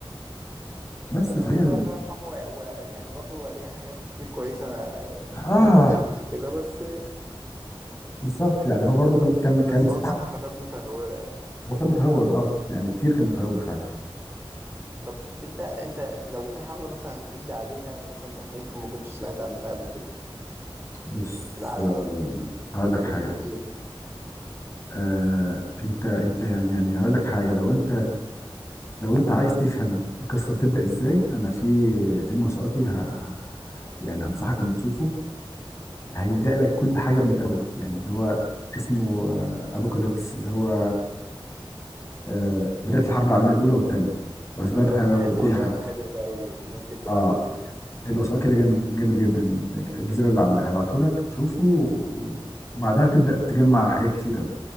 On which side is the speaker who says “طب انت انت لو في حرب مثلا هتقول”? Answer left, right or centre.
Right